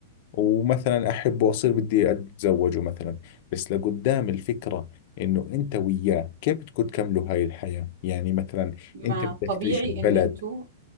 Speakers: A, on the left; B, on the right.
A: ومثلا أحبه وأصير بدي أتزوجه مثلا بس لقدام الفكرة إنه أنت وياه كيف بدكم تكملوا هاي الحياة يعني مثلا
B: ما
A: أنت بدك
B: طبيعي
A: تعيش البلد
B: ان انتوا